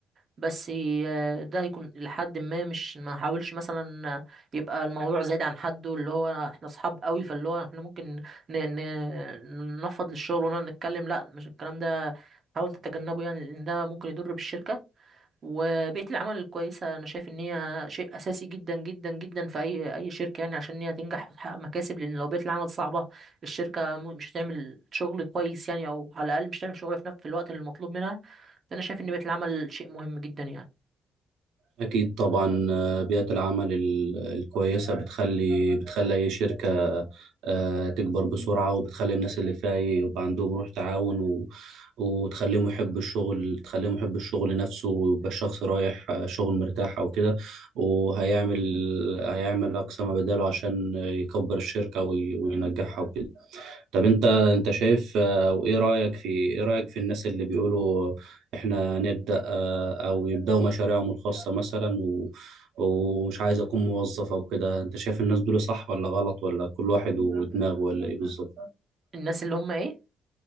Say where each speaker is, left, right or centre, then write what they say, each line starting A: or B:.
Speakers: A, on the right (about 40°); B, on the right (about 85°).
A: بس ي- ده هيكون لحد ما مش ما احاولش مثلا يبقى الموضوع زايد عن حده اللي هو احنا اصحاب قوي فاللي هو احنا ممكن ن- ن- ننفض للشغل ونقعد نتكلم لا مش الكلام ده حاول تتجنبه يعني لان ده ممكن يضر بالشركه وبيئة العمل الكويسة أنا شايف إن هي شيء أساسي جدا جدا جدا في أي أي شركة يعني عشان إن هي تنجح وتحقق مكاسب لأن لو بيئة العمل صعبة الشركة م- مش هتعمل شغل كويس يعني أو على الأقل مش هتعمل شغل في نفس في الوقت اللي المطلوب منها فأنا شايف إن بيئة العمل شيء مهم جدا يعني
B: أكيد طبعا آه، بيئة العمل ال- الكويسة بتخلي بتخلي أي شركة آه، تكبر بسرعة وبتخلي الناس اللي فيها يبقى عندهم روح تعاون و... وتخليهم يحبوا الشغل تخليهم يحبوا الشغل نفسه ويبقى الشخص رايح آه، شغل مرتاح أو كده وهيعمل هيعمل أقصى ما بداله عشان يكبر الشركة وي... وينجحها وكده طب انت انت شايف آه، او ايه رايك في ايه رايك في الناس اللي بيقولوا احنا نبدا آه، او يبداوا مشاريعهم الخاصه مثلا و ومش عايز اكون موظف او كده انت شايف الناس دول صح ولا غلط ولا كل واحد ودماغه ولا ايه بالظبط
A: الناس اللي هم إيه